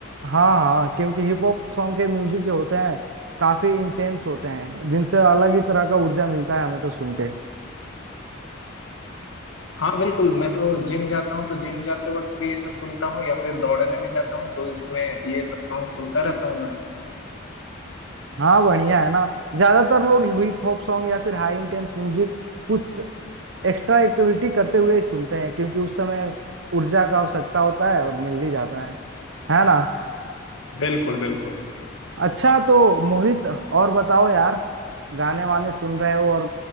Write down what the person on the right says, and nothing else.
हाँ हाँ क्योंकि हिप हॉप सॉन्ग के म्यूजिक जो होते हैं काफी इंटेंस होते हैं जिनसे अलग ही तरह का ऊर्जा मिलता है हमें तो सुन के
हाँ बढ़िया है ना ज्यादातर लोग हिप हॉप सॉन्ग या फिर हाई इंटेंस म्यूजिक कुछ एक्स्ट्रा एक्टिविटी करते हुए ही सुनते हैं क्योंकि उस समय ऊर्जा का आवश्यकता होता है और मिल ही जाता है है ना
अच्छा तो मोहित और बताओ यार गाने वाने सुन रहे हो और